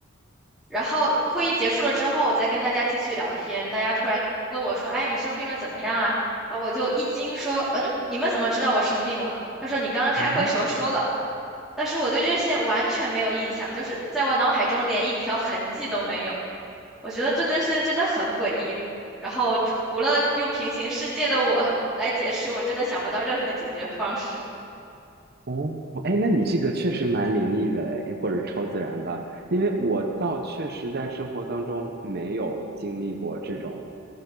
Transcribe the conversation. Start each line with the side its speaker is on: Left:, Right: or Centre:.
Centre: 然后会议结束了之后，我再跟大家继续聊天，大家突然问我说：“哎，你生病了怎么样啊？”然后我就一惊说：“嗯，你们怎么知道我生病了？”他说：“你刚刚开会时候说了。”
Right: 哦，
Centre: 但是我对这些完全没有印象，就是在我脑海中连一条痕迹都没有。我觉得这件事情真的很诡异。然后除了用平行世界的我 <laughs> 来解释，我真的想不到任何解决方式。
Right: 哦，哎，那你这个确实蛮灵异的嘞，或者超自然吧？因为我倒确实在生活当中没有经历过这种